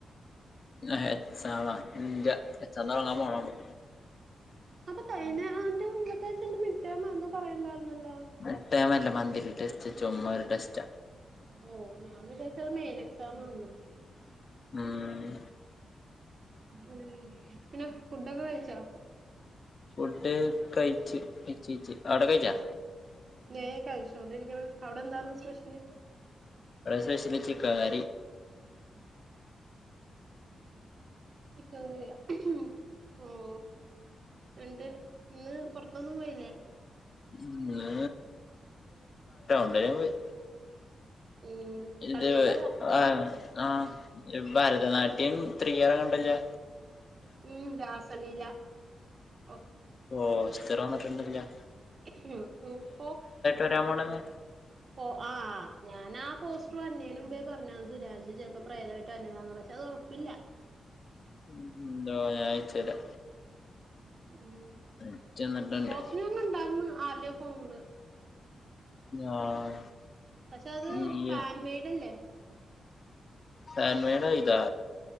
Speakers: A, on the left (about 35°); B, on the right (about 40°).
A: ഏഹ് എക്സാമാ ഇല്ല എക്സാം തോടങ്ങാൻ പോണുള്ളൂ.
B: അപ്പൊ കയ്ഞ ആയിന്റെ മുന്നത്തെ ആയിച്ചേ മിഡ്‌ടെർമാ എന്തോ പറയണ്ടായിരുന്നല്ലോ?
A: മിഡ്‌ടെർമല്ല മന്ത്‌ലി ടെസ്റ്റ് ചുമ്മ ഒരു ടെസ്റ്റ.
B: ഓഹ് ഞാൻ വിചാരിച്ചത് മെയിൻ എക്സാം ആന്ന.
A: ഉം
B: ഉം പിന്നെ ഫുഡൊക്കെ കഴിച്ചോ?
A: ഫുഡ് കഴിച്ച് കയ്ച്ച് കയ്ച്ച് ആടെ കഴിച്ചാ?
B: ഏഹ് കഴിച്ചോണ്ടിരിക്ക അവിടെ എന്താർന്നു സ്പെഷ്യല്?
A: ഈടെ സ്പെഷ്യല് ചിക്കൻ കറി.
B: <unintelligible> ചിക്കൻ കറിയ ഉം ഉം. രണ്ട് ഇന്ന് പുൊറത്തൊന്നും പോയില്ലേ.
A: ഇന്ന് <unintelligible> പോയി.
B: ഉം.
A: ഇത്
B: കളിക്കാൻ പോയതാ
A: ആഹ് ആഹ് ഭരതനാട്യം ത്രിയാറവിണില്യ.
B: ഉം രാസലീല ഒഹ്.
A: ഓസ്റ്റർന്നിട്ടുണ്ടില്ല.
B: ഉം <unintelligible>
A: വരാൻ പോണെന്ന്
B: പോ ആഹ്. ഞാനാ പോസ്റ്ററും അന്നേനുമ്പേ പറഞ്ഞത് സുരാാജിച്ച് ചെലപ്പോ പ്രേതായിട്ട് അന്നേ താന്നു പശേ അതറപ്പില്ല.
A: ഉം ഇടാവു ഞായച്ചരാ.
B: ഉം
A: അയച്ച് തന്നിട്ടുണ്ട്
B: പോസ്റ്റർ ഞാൻ കണ്ടാർന്ന് ആലവേ പോമ്പ
A: ആഹ്.
B: പശേ അത്
A: ഇയ്യ്
B: പാൻ മെയഡ് അല്ലേ?
A: ഹാൻഡ് മാട് ഇതാ